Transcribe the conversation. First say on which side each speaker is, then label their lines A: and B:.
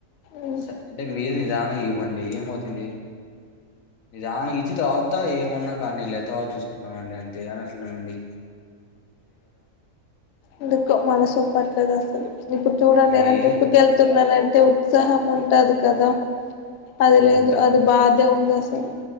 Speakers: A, on the left; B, on the left.
A: ఉమ్
B: స అంటే మీరు నిదానం. నా ఇవ్వండి. ఏం అవుతుంది? నిదానంగా ఇచ్చి తర్వాత్. తా ఏమన్నా కానీ లే, తర్వాత చూసుకుందామండి. అంటే అని అట్లనే అండి.
A: ఎందుకో మనసు ఒప్పట్లేదు అసలు. ఇప్పుడు చూడండి, ఏదైనా
B: ఏం
A: ట్రిప్‌కి ఎళ్తున్నరా అంటే? టే ఉత్సాహం ఉంటది కదా? అది లేదు,
B: ఉంటా
A: అది బాధ. దే ఉంద అసలు.